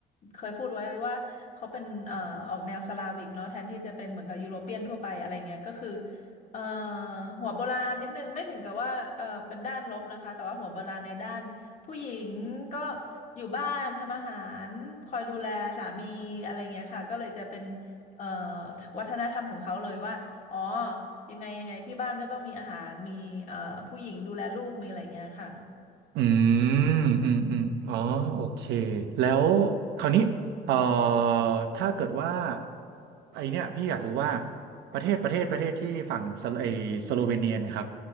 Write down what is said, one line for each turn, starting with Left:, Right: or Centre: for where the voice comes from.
Left: เคยพูดไว้ว่าเขาเป็นเอ่อออกแนวสลาวิกเนาะแทนที่จะเป็นเหมือนกับยุโรเปียนทั่วไปอะไรเงี้ยก็คือเอ่อหัวโบราณนิดนึงไม่ถึงกับว่าเออเป็นด้านลบนะคะแต่ว่าหัวโบราณในด้านผู้หญิงก็อยู่บ้านทำอาหารคอยดูแลสามีอะไรเงี้ยค่ะก็เลยจะเป็นเอ่อวัฒนธรรมของเขาเลยว่าอ๋อ ยังไงยังไงที่บ้านก็ต้องมีอาหารมีเอ่อผู้หญิงดูแลลูกมีอะไรเงี้ยค่ะ
Right: อืมอืมอืมอ๋อโอเค แล้วคราวนี้เอ่อถ้าเกิดว่าไอเนี้ยพี่อยากรู้ว่าประเทศประเทศประเทศที่ฝั่งสโลไอสโลเวเนียเนะครับ